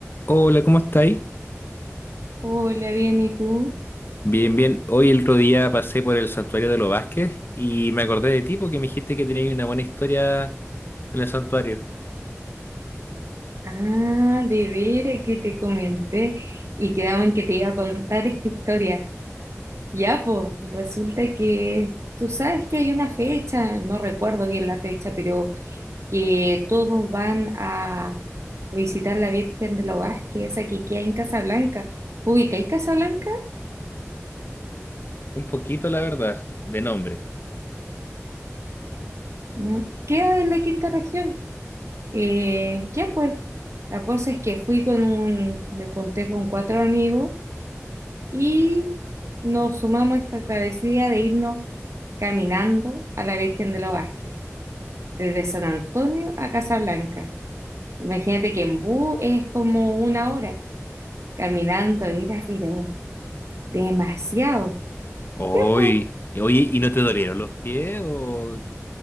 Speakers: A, on the left; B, on the right.
A: Hola, ¿cómo estáis?
B: Hola, bien, ¿y tú?
A: Bien, bien. Hoy el otro día pasé por el santuario de los Vázquez y me acordé de ti porque me dijiste que tenías una buena historia con el santuario.
B: Ah, de veras que te comenté y quedamos en que te iba a contar esta historia. Ya, pues, resulta que tú sabes que hay una fecha, no recuerdo bien la fecha, pero que todos van a visitar la Virgen de los Vázquez, esa que queda en Casablanca. ¿Ubicáis Casablanca?
A: Un poquito, la verdad, de nombre.
B: Mm, Queda en la quinta región. Eh, ya, pues, la cosa es que fui con un, me junté con cuatro amigos y nos sumamos a esta travesía de irnos caminando a la Virgen de los Vázquez, desde San Antonio a Casablanca. Imagínate que en bus es como una hora caminando, era pero demasiado.
A: Hoy,
B: Ya, po.
A: y- oye, ¿y no te dolieron los pies? O...